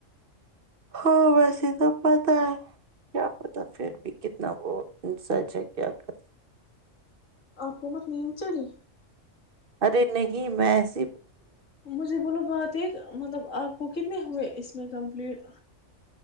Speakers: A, on the right; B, on the left.
A: ہاں ویسے تو پتا ہے کیا پتا پھر بھی کتنا وہ سچ ہے کیا کرک
B: آپ کوومت نیند چڑی
A: ارے نہیں میں س
B: مجھے بولو بہت ایک مطلب آپ کو کتنے ہوئے اس میں کمپلیٹ